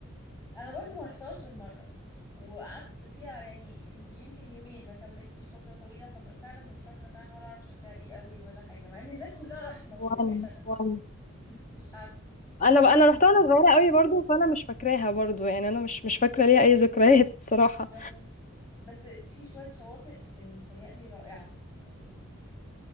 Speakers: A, on the left (about 20°); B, on the left (about 35°).
A: انا برضو ما رحتهاش غير مره وقعدت فيها يعني يمكن يومين ما كملتش فتره طويله ففعلا مش فاكره فعلا ولا اعرف شكلها ايه قوي ولا حاجه مع ان الناس كلها راحت مطروح
B: وانا
A: الا انا
B: وانا
A: <laughs> مش عارفة
B: انا انا رحتها وانا صغيره قوي برضو فانا مش فاكراها برضو يعني انا مش مش فاكره ليها اي ذكريات <laughs> الصراحه
A: آه. بس في شوية شواطئ متهيألي رائعة يعني